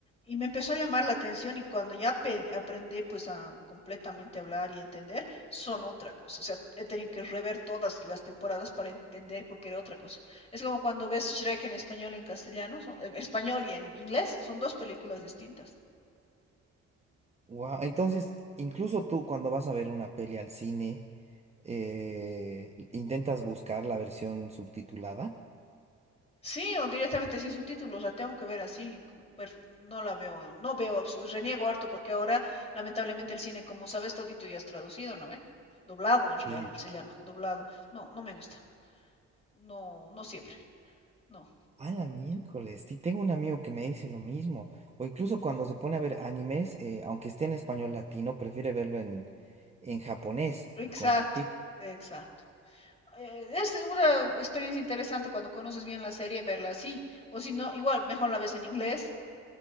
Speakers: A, on the left (about 20°); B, on the right (about 20°).
A: y me empezó a llamar la atención, y cuando ya aprendí pues a completamente hablar y entender, son otra cosa, o sea, he tenido que rever todas las temporadas para entender porque era otra cosa. Es como cuando ves Shrek en español y en castellano, son- en español y en inglés, son dos películas distintas.
B: Wow, entonces, incluso tú cuando vas a ver una peli al cine, eh, intentas buscar la versión subtitulada.
A: Sí, o directamente sin subtítulos, la tengo que ver así, per- no la veo, no veo, abs- reniego harto porque ahora lamentablemente el cine, como sabes, todito ya es traducido, ¿no ve? Doblado en
B: Sí,
A: realidad se llama, doblado. No, no me gusta, no, no siempre, no.
B: A la miércoles, sí, tengo un amigo que me dice lo mismo. O incluso cuando se pone a ver animes, eh, aunque esté en español latino, prefiere verlo en, en japonés
A: Exacto,
B: y con subtítulos.
A: exacto. Eh, Es una experiencia interesante cuando conoces bien la serie, verla así, o si no, igual, mejor la ves en inglés,